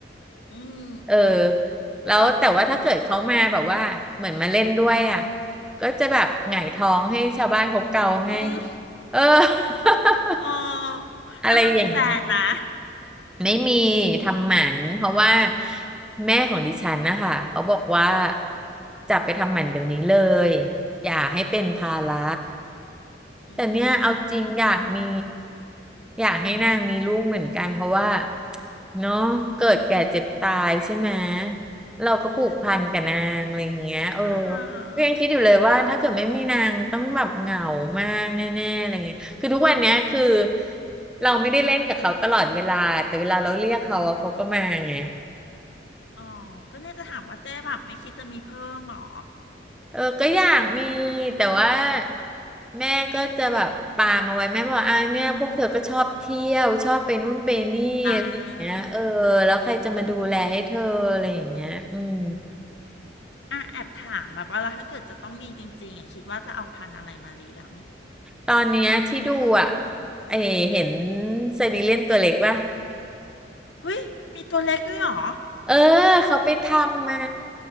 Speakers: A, on the left (about 80°); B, in the centre.
A: อืม
B: เออแล้วแต่ว่าถ้าเกิดเขามาแบบว่าเหมือนมาเล่นด้วยอ่ะ
A: มัน
B: ก็จะแบบหงายท้องให้ชาวบ้านเขาเกาให้
A: อืม
B: เออ <laughs>
A: เอ๋อ
B: อะไรอย่างนี้
A: แล้วนางมีแฟนไหมะ
B: ไม่มีทำหมันเพราะว่าแม่ของดิฉันนะคะเขาบอกว่าจับไปทำหมันเดี๋ยวนี้เลยอย่าให้เป็นภาระ
A: อื
B: แต่เนี่ยเอาจริงอยากมี
A: ม
B: อยากให้นางมีลูกเหมือนกันเพราะว่าเนาะเกิดแก่เจ็บตายใช่ไหมเราก็ผูกพันกับนางอะไรอย่างเงี้ยเออ
A: <laughs> กันอ่า
B: ก็ยังคิดอยู่เลยว่าถ้าเกิดไม่มีนางต้องแบบเหงามากแน่ๆอะไรเงี้ยคือทุกวันเนี้ยคือเราไม่ได้เล่นกับเขาตลอดเวลาแต่เวลาเราเรียกเขาอะเขาก็มาไง
A: อ๋อก็เนี่ยจะถามว่าเจ๊แบบไม่คิดจะมีเพิ่มหรอ
B: เออก็อยากมีแต่ว่าแม่ก็จะแบบปามเอาไว้แม่บอกอ่าเนี่ยพวกเธอก็ชอบเที่ยวชอบไปนู่นไปนี่อะไรอย่างเงี้ยเออแล้วใครจะมาดูแลให้เธออะไรอย่างเงี้ยอืม
A: อ่าอ่ะแอบถามแบบว่าแล้วถ้าเกิดจะต้องมีจริงๆอ่ะคิดว่าจะเอาพันธุ์อะไรมาเลี้ยง
B: ตอนเนี้ยที่ดูอ่ะเออเห็นไซบีเรียนตัวเล็กป่ะ
A: เฮ้ยมีตัวเล็กด้วยเหรอ
B: เออเขาไปทำมา